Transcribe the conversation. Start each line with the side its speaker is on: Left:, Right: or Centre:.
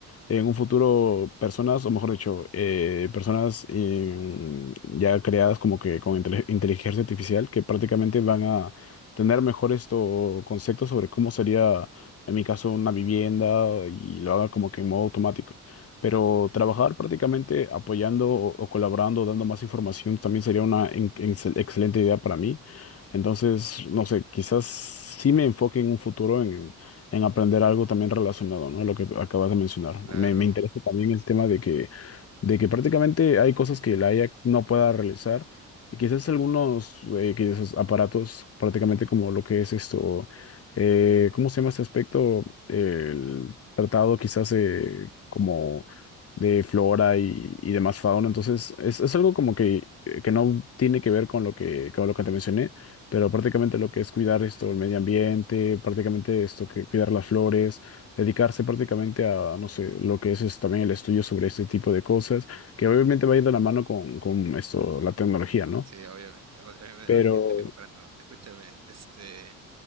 Left: en un futuro personas, o mejor dicho, eh, personas eh, ya creadas como que con intele- inteligencia artificial que prácticamente van a tener mejores esto, conceptos sobre cómo sería, en mi caso, una vivienda y lo haga como que en modo automático. Pero
Right: Ujú.
Left: trabajar prácticamente apoyando o, o colaborando, dando más información, también sería una en- excel- excelente idea para mí. Entonces, no sé, quizás sí me enfoque en un futuro en aprender algo también relacionado, ¿no? Lo que acabas de mencionar.
Right: Claro.
Left: Me, me interesa también el tema de que, de que prácticamente hay cosas que la IA no pueda realizar y quizás algunos eh, quizás aparatos, prácticamente como lo que es esto, eh, ¿cómo se llama este aspecto? El tratado quizás eh, como de flora y, y demás fauna. Entonces, es, es algo como que, eh, que no tiene que ver con lo que, con lo que te mencioné, pero prácticamente lo que es cuidar
Right: Okay.
Left: esto, el medio ambiente, prácticamente esto que cuidar las flores, dedicarse prácticamente a, no sé, lo que es, es también el estudio sobre este tipo de cosas, que obviamente va a ir de la mano con, con esto, la tecnología, ¿no?
Right: Sí, obviamente. o- eh,
Left: Pero
Right: o- te, te- te comprendo. Escúchame, este,